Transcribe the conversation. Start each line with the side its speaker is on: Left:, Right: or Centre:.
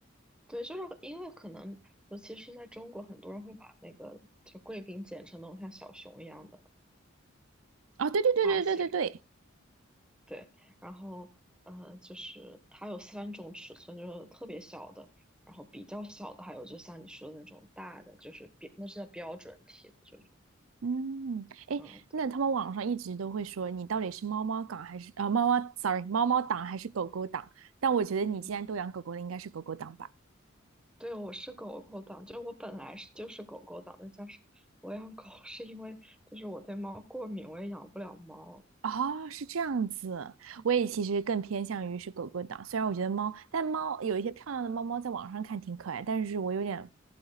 Centre: 对，就是因为可能尤其是在中国，很多人会把那个就贵宾剪成那种像小熊一样的。
Right: 哦，对对对对对对对，
Centre: 发型。对，然后呃，就是它有三种尺寸，就是特别小的，然后比较小的，还有就像你说的那种大的，就是标，那是叫标准体的，就是
Right: 嗯，哎，
Centre: 嗯，对，
Right: 那他们网上一直都会说你到底是猫猫党还是啊、呃猫猫，sorry，猫猫党还是狗狗党？但我觉得你既然都养狗狗了，
Centre: 嗯，
Right: 应该是狗狗党吧。
Centre: 对，我是狗狗党，就我本来是就是狗狗党，再加上我养狗是因为就是我对猫过敏，我也养不了猫，
Right: 哦，是这样子。我也其实更偏向于是狗狗党，虽然我觉得猫，但猫有一些漂亮的猫猫在网上看挺可爱，但是我有点